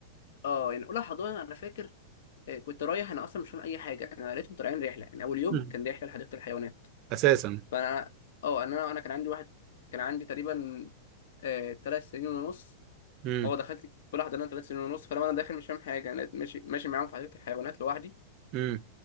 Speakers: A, on the left; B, on the right.
A: آه، يعني اولى حضانه انا فاكر آه كنت رايح انا اصلا مش فاهم اي حاجه انا لقيتهم طالعين رحله يعني اول يوم
B: امم
A: كان رحله لحديقه الحيوانات
B: اساسا
A: فانا اه انا انا كان عندي واحد كان عندي تقريبا آه ثلاث سنين ونص
B: امم
A: هو دخلت اولى حضانه ثلاث سنين ونص فلما انا داخل مش فاهم حاجه انا لقيت ماشي ماشي معاهم في حديقه الحيوانات لوحدي
B: امم